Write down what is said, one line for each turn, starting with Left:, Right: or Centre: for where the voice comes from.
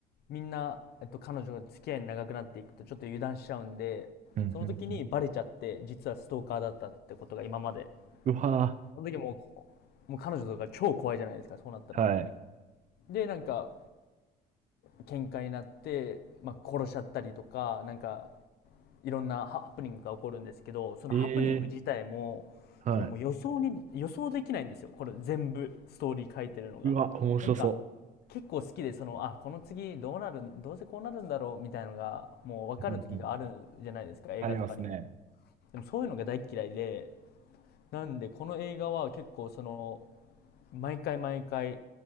Left: みんな、えっと、彼女が付き合いに長くなっていくとちょっと油断しちゃうんで、
Right: うんうんうん。
Left: その時にバレちゃって、実はストーカーだったってことが今まで。
Right: うわ
Left: その時もう、もう彼女とか超怖いじゃないですか、そうなったら。
Right: ぁ。はい。
Left: で、なんか、喧嘩になって、まあ、殺しちゃったりとか、なんか、いろんなハプニングが起こるんですけど、そのハプニング自体も、
Right: ええはい。
Left: それもう予想に、予想できないんですよ。これ全部、ストーリー書いてるのが。
Right: うわ、面白そ
Left: なんか、結構好きで、その、あ、この次どうなる、どうせこうなるんだろう、みたいのが、もう分かる時があるじゃないですか、
Right: う。うんうん
Left: 映画とかにも。
Right: ありますね。
Left: でもそういうのが大っ嫌いで、なんで、この映画は結構その、毎回毎回、